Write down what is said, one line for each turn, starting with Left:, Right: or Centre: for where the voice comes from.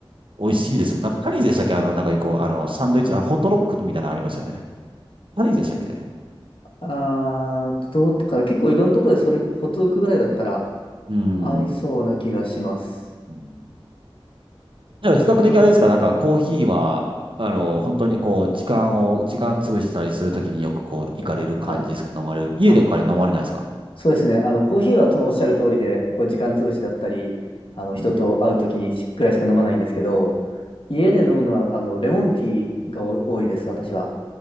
Right: 美味しいですもん。なんか、カリーでしたっけあの、なんかよく、あの、サンドイッチ、あの、ホットロックみたいなのありますよね。カリーでしたっけう
Left: あー、どうかな。結構いろんなとこでそれ、ホットドッグぐらいだったら、
Right: ーん。
Left: ありそうな気がします。
Right: うんだから比較的あれですか、
Left: あ、
Right: なんか、コーヒーは、あの、本当にこう、時間を、時間潰したりするときによくこう、行かれる感じですか飲まれる。
Left: はい。
Right: 家でカレー飲まれないですか
Left: あ、そうですね。あの、コーヒーはとおっしゃる通りで、こう時間潰しだったり、あの、人と会うときにしぐらいしか飲まないんですけど、
Right: うん。
Left: 家で飲むのは、あの、レモンティーがお多いです、私は。